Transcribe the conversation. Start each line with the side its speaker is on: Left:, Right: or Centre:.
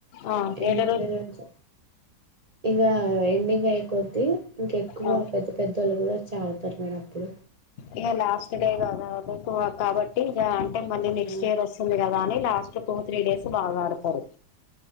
Left: ఆ
Right: ఎనిమిదో
Left: ఏడో
Right: రోజు <unintelligible> <unintelligible> ఎండింగ్ అయ్యే కొద్ది ఇంక ఎక్కువ
Left: ఆ
Right: పెద్ద పెద్దవాళ్ళు కూడా వచ్చి ఆడ్తారు నేనప్పుడు
Left: ఇగ లాస్ట్ డే కదా ఎక్కువ కాబట్టి ఇగా అంటే మళ్ళీనెక్స్ట్
Right: ఆ
Left: ఇయర్ వస్తుంది కదా అని లాస్ట్ టూ త్రీ డేస్ బాగ్ ఆడ్తారు